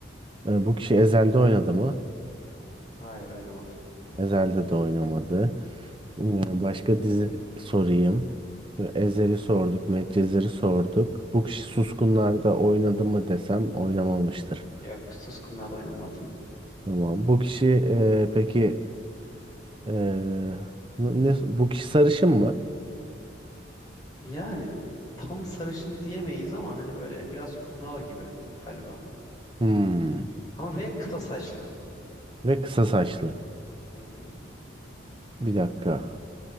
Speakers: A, on the right (about 25°); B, on the left (about 20°).
A: E, bu kişi Ezel'de oynadı mı?
B: Hayır oynamadı.
A: Ezel'de de oynamadı. Ee, Başka dizi sorayım. Ezel'i sorduk, Medcezir'i sorduk. Bu kişi Suskunlar'da oynadı mı desem oynamamıştır.
B: Yok Suskunlar da oynamadı.
A: Tamam. Bu kişi e, peki e, ne, bu kişi sarışın mı?
B: Yani tam sarışın diyemeyiz ama hani böyle biraz kumral gibi galiba.
A: Hmm.
B: Ama ve kısa saçlı.
A: Ve kısa saçlı.
B: Hı hı.
A: Bir dakika.